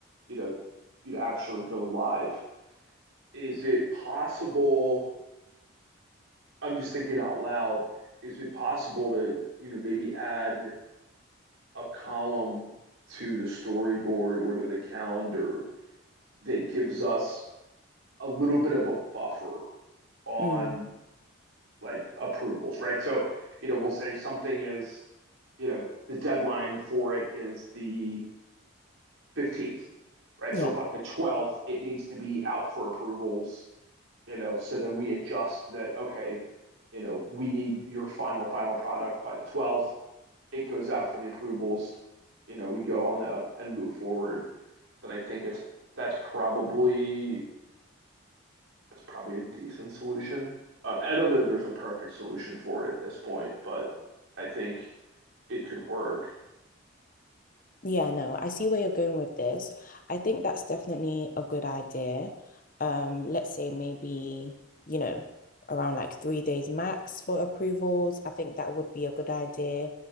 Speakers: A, on the right; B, on the left.
A: you know, you know, actually go live? Is it possible? I'm just thinking out loud. Is it possible to, you know, maybe add a column to the storyboard or to the calendar that gives us a little bit of a buffer on
B: Mm.
A: like approvals, right? So, you know, we'll say something is, you know, the deadline for it is the 15th, right?
B: Yeah.
A: So by the 12th, it needs to be out for approvals, you know, so then we adjust that, okay, you know, we need your final, final product by the 12th. It goes out for the approvals, you know, we go on the and move forward. And I think it's that's probably That's probably a decent solution. Um, I don't know that there's a perfect solution for it at this point, but I think it could work.
B: Yeah, no, I see where you're going with this. I think that's definitely a good idea. Um, let's say maybe, you know, around like three days max for approvals. I think that would be a good idea.